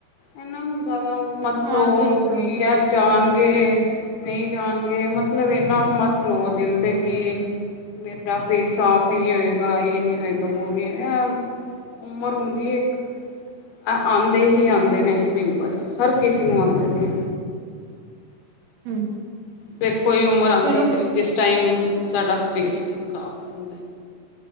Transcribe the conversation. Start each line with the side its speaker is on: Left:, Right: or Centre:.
Left: ਇਹਨਾਂ ਨੂੰ ਜਿਆਦਾ ਉਹ ਮਤ
Right: ਹਾਂ
Left: ਲਓ
Right: ਸਹੀ ਬੋਲ
Left: ਕਿ ਐ ਜਾਣਗੇ ਨਹੀ ਜਾਣਗੇ ਮਤ- ਮਤਲਬ ਇੰਨਾ ਮਤ ਲਓ ਦਿਲ ਤੇ ਕਿ- ਮੇਰਾ ਫੇਸ ਸਾਫ਼ ਹੀ ਨਹੀ ਹੋਏਗਾ ਯੇ ਨਹੀ ਹੋਏਗਾ ਵੋ ਨੀ ਹੋਗਾ- ਉਮਰ ਹੁੰਦੀ ਏ ਇਕ- ਅ ਆਉਦੇ ਹੀ ਆਉਦੇ ਨੇ ਪਿੰਪਲਸ ਹਰ ਕਿਸੇ ਨੂੰ ਆਉੰਦੇ ਨੇ-
Right: ਹਮ
Left: ਫੇਰ ਕੋਈ ਉਮਰ ਆਉਦੀ
Right: ਮੈਨੂੰ
Left: ਜਿਸ ਟਾਈਮ ਸਾਡਾ ਫੇਸ ਬਿਲਕੁਲ ਸਾਫ਼ ਹੁੰਦਾ ਹੈ।